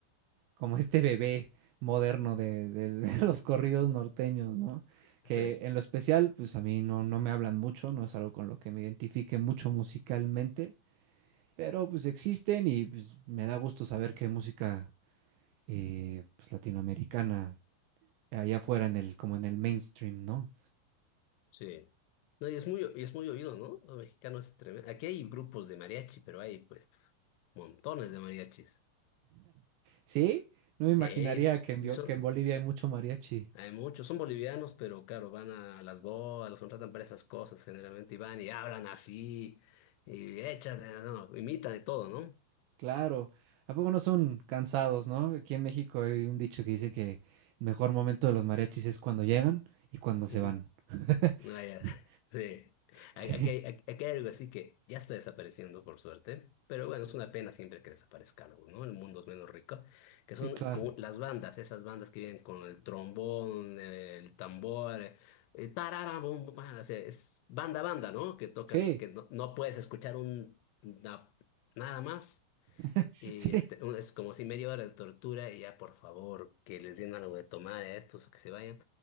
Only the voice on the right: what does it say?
como este bebé moderno de, de- de <laughs> los corridos norteños, ¿no? Que
en lo especial, pues a mí no, no me hablan mucho, no es algo con lo que me identifique mucho musicalmente, pero pues existen y pues, me da gusto saber que música eh, pues, latinoamericana allá afuera en el, como en el mainstream, ¿no?
Sí, no me
imaginaría que en,
Bio- que en Bolivia hay mucho mariachi.
Claro, ¿a poco no son cansados, no? Aquí en México hay un dicho que dice que el mejor momento de los mariachis es cuando llegan y cuando se
van. <laughs>
Sí,
sí,
claro.
Sí,
<laughs>
sí,